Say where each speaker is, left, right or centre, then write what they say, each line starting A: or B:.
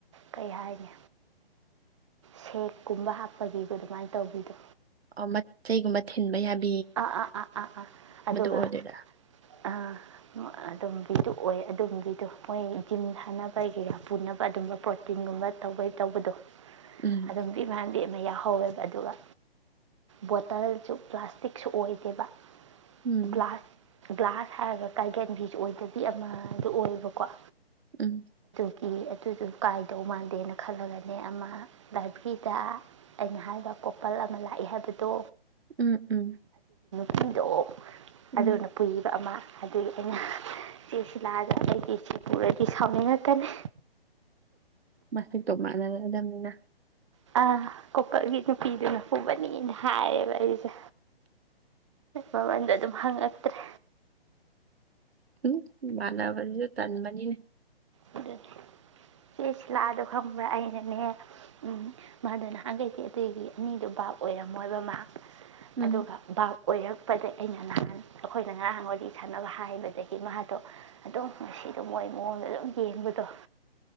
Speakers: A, on the right; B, on the right.
A: ꯀꯩ ꯍꯥꯏꯅꯤ ꯁꯦꯛꯀꯨꯝꯕ ꯍꯥꯞ ꯐꯒꯤꯕꯗꯣ ꯑꯗꯨꯃꯥꯏꯅ ꯇꯧꯕꯤꯗꯣ
B: ꯑꯣ ꯃꯆꯩꯒꯨꯝꯕ ꯊꯤꯟꯕ ꯌꯥꯕ
A: ꯑꯥ ꯑꯥ ꯑꯥ ꯑꯥ ꯑꯥ ꯑꯗꯨꯒ
B: ꯑꯣꯏꯗꯣꯏꯔꯥ
A: ꯑ ꯑꯗꯨꯝꯒꯤ ꯑꯣꯏ ꯑꯗꯨꯝꯕꯒꯤꯗꯣ ꯃꯣꯏ ꯖꯤꯝ ꯁꯥꯅꯕꯒꯤ ꯄꯨꯅꯕ ꯑꯗꯨꯝꯕ ꯄ꯭ꯔꯣꯇꯤꯟꯒꯨꯝꯕ ꯇꯧꯕꯩ ꯇꯧꯕꯗꯣ
B: ꯎꯝ
A: ꯑꯗꯨꯝꯗꯤ ꯚꯥꯟꯗꯤ ꯌꯥꯎꯍꯧꯋꯦꯕ ꯑꯗꯨꯒ ꯕꯣꯇꯜꯁꯨ ꯄ꯭ꯂꯥꯁꯇꯤꯛ ꯇꯤꯛꯁꯨ ꯑꯣꯏꯗꯦꯕ
B: ꯎꯝ
A: ꯒ꯭ꯂꯥꯁ ꯒ꯭ꯂꯥꯁ ꯍꯥꯏꯔꯒ ꯀꯥꯏꯒꯦꯟꯕꯤꯁꯨ ꯑꯣꯏꯗꯕꯤ ꯑꯃꯗ ꯑꯣꯏꯕꯀꯣ
B: ꯎꯝ
A: ꯀꯤ ꯑꯗꯨꯗꯨ ꯀꯥꯏꯗꯧ ꯃꯥꯟꯗꯦꯅ ꯈꯜꯂꯒꯅꯦ ꯑꯃ ꯂꯥꯏꯕ꯭ꯔꯦꯔꯤꯗ ꯑꯩꯅ ꯍꯥꯏꯕ ꯀꯣꯄꯜ ꯑꯃ ꯂꯥꯛꯏ ꯍꯥꯏꯕꯗꯣ
B: ꯎꯝ ꯎꯝ
A: ꯄꯤꯗꯣ
B: ꯎꯝ
A: ꯑꯗꯨꯅ ꯄꯨꯏꯕ ꯑꯃ ꯑꯗꯨꯒꯤ ꯑꯩꯅ ꯏꯆꯦ ꯁꯤꯂꯥꯗ ꯑꯩꯗꯤ ꯏꯆꯦ ꯄꯨꯔꯗꯤ ꯁꯥꯎꯅꯤꯡꯉꯛꯀꯅꯤ
B: ꯃꯁꯛꯇꯣ ꯃꯥꯟꯅꯅꯤꯡꯗꯕꯅꯤꯅ
A: ꯑ ꯀꯣꯀꯛꯒꯤ ꯅꯨꯄꯤꯗꯨꯅ ꯄꯨꯕꯅꯤꯅ ꯍꯥꯏꯌꯦꯕ ꯑꯩꯁꯦ ꯃꯃꯟꯗꯣ ꯑꯗꯨꯝ ꯍꯪꯉꯛꯇ꯭ꯔꯦ
B: ꯎ ꯃꯥꯟꯅꯕꯗꯨꯁꯨ ꯇꯟꯕꯅꯤꯅꯦ
A: ꯑꯗꯨ ꯆꯦ ꯁꯤꯂꯥꯗꯣ ꯈꯪꯕ꯭ꯔꯥ ꯑꯩꯅꯅꯦ ꯎꯝ ꯃꯥꯅ ꯅꯍꯥꯟꯒꯩ ꯑ ꯑꯇꯩꯒꯤ ꯑꯅꯤꯗꯨꯣ ꯕꯥꯞ ꯑꯣꯏꯔꯝꯃꯣꯏꯕ ꯃꯥ
B: ꯎꯝ
A: ꯑꯗꯨꯒ ꯑꯣꯏꯔꯛꯄꯗ ꯑꯩꯅ ꯅꯍꯥꯟ ꯑꯩꯈꯣꯏꯅ ꯉꯥꯡ ꯋꯥꯔꯤ ꯁꯥꯟꯅꯕ ꯍꯥꯏꯕꯗꯒꯤ ꯃꯥꯗꯣ ꯑꯗꯨꯝ ꯉꯁꯤꯗꯣ ꯃꯣꯏ ꯃꯑꯣꯡꯗꯣ ꯑꯗꯨꯝ ꯌꯦꯡꯕꯗꯣ